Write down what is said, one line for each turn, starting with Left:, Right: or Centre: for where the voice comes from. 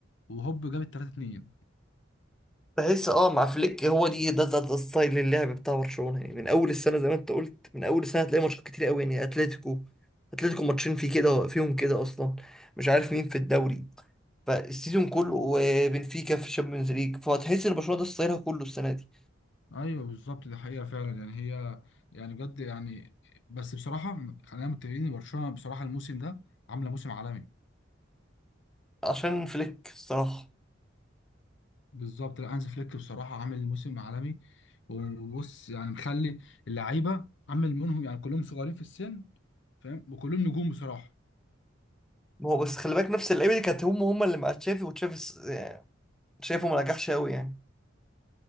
Left: وهوب جابت 3-2
Centre: بحس اه مع فليك هو دي ده ده, ده ستايل اللعب بتاع برشلونة يعني من أول السنة زي ما أنت قلت من أول السنة هتلاقي ماتشات كتير قوي يعني أتلتيكو أتلتيكو ماتشين في كده فيهم كده أصلا مش عارف مين في الدوري فالسيزون كله وبنفيكا في الشامبيونز ليج فهتحس إن برشلونة ده ستايلها كله السنة دي
Left: ايوه بالظبط دي حقيقة فعلا يعني هي يعني بجد يعني بس بصراحة خلينا متفقين ان برشلونة بصراحة الموسم ده عاملة موسم عالمي
Centre: عشان فليك الصراحة
Left: بالظبط لا هانز فليك بصراحه عامل موسم عالمي وبص يعني مخلي اللعيبه عامل منهم يعني كلهم صغيرين في السن فاهم وكلهم نجوم بصراحه
Centre: ما هو بس خلي بالك نفس اللعيبة دي كانت هم هم اللي مع تشافي وتشافي الس- يعني شايفه ما نجحش قوي يعني